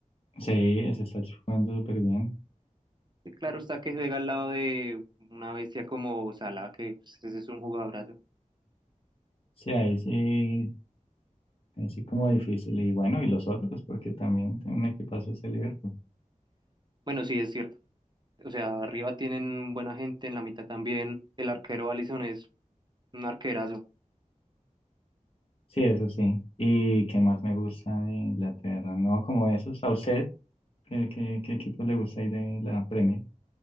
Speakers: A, on the left (about 45°); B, on the right (about 30°).
A: Sí, se está jugando súper bien.
B: Y Claro está que juega al lado de una bestia como Salah, que pues, ese es un jugadorazo.
A: Sí, ahí sí, ahí sí como difícil. Y bueno, y los otros, porque también tiene un equipazo ese Liverpool.
B: Bueno, sí, es cierto. O sea, arriba tienen buena gente, en la mitad también. El arquero Alisson es un arquerazo.
A: Sí, eso sí. ¿Y qué más me gusta de Inglaterra? No, como esos. ¿A usted qué, qué, qué equipo le gusta ahí de la Premier?